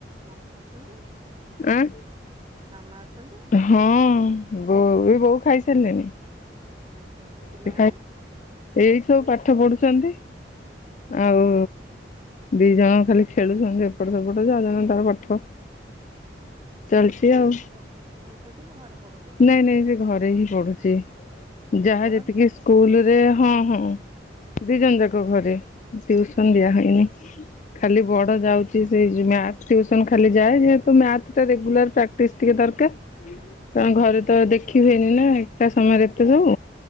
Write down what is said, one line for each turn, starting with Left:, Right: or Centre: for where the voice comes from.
Right: ମାମା ଅଛନ୍ତି
Left: ଆଁ।
Right: ମାମା ଅଛନ୍ତି?
Left: ହଁ ବୋଉ ବି ବୋଉ ଖାଇ ସାରିଲେଣିି।
Right: ହୁଁ ହୁଁ ପିଲାମାନେ?
Left: ସେ ଏଇ ସବୁ ପାଠ ପଢୁଚନ୍ତି ଆଉ।
Right: ଉଁ ହୁଁ
Left: ଦି ଜଣ ଖାଲି ଖେଳୁଚନ୍ତି ଏପଟ ସେପଟ ଯେ ଅଉ ଜଣ ତାର ପାଠ। ଚାଲିଛି
Right: ଟିଉସନ୍
Left: ଆଉ
Right: ହୋଉଚନ୍ତି ନା ଘରେ ପଢୁଚନ୍ତି?
Left: ନାଇଁ ନାଇଁ ସେ ଘରେ ହିଁ ପଡ଼ୁଚି ଯାହା
Right: ବଡ
Left: ଯେତିକି।
Right: ବି
Left: ସ୍କୁଲ ରେ ହଁ ହଁ ଦି
Right: ଉଁ
Left: ଜଣ ଯାକ ଘରେ ଟିଉସନ୍ ଦିଆହୋଇନାହିଁ।
Right: ଉଁ
Left: ଖାଲି ବଡ
Right: ଉଁ
Left: ଯାଉଚି। ସେଇ ଜି ମ୍ୟାଥ ଟିଉସନ ଖାଲି ଯାଏ, ଯେହେତୁ ମ୍ୟାଥ ଟା ରେଗୁଲାର ପ୍ରାକ୍ଟିସ୍ ଟିକେ ଦରକାର
Right: ଉଁ
Left: କାରଣ
Right: ହୁଁ
Left: ଘରେ ତ ଦେଖି ହୁଏନି ନା ଏକା ସମୟରେ
Right: ହୁଁ
Left: ଏତେ ସବୁ